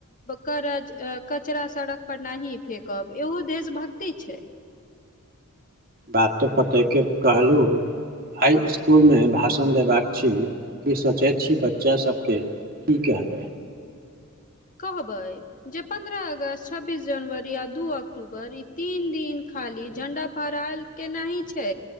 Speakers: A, on the left; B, on the right.
A: करज कचरा सड़क पर नहि फेेकब ऐहो देशभक्ति छेय।
B: बात तऽ फतेह कहलहु। हाइ इसकुल मे भाषण देबाक छी कि सोचैत छी बच्चा सबके। की कहबैय।
A: कहबैय। जे पन्द्रह अगस्त छब्बीस जनवरी आ दू अक्टूबर ई तीन दिन खाली झण्डा फहरायल। के नहि छै